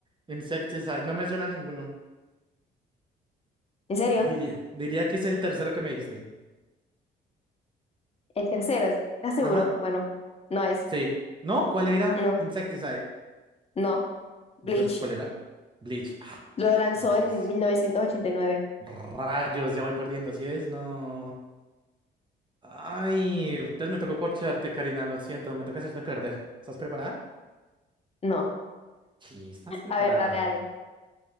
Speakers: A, on the right (about 25°); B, on the left (about 30°).
A: Insecticide, no me suena ninguno.
B: ¿En serio?
A: Diría, diría que es el tercero que me dijiste.
B: El tercero, ¿estás seguro?
A: Ajá,
B: Bueno, no es.
A: sí. ¿No? ¿Cuál era?
B: No,
A: Insecticide.
B: no. Bleach.
A: Entonces, ¿cuál era? Bleach. Ah,
B: Lo lanzó
A: maldición.
B: en 1989.
A: Rayos, ya voy perdiendo, ¿sí ves? No. Ay, entonces me tocó corcharte, Karina, lo siento, me toca hacerte perder. ¿Estás preparada?
B: No,
A: Sí, estás preparada.
B: a ver, dale, dale.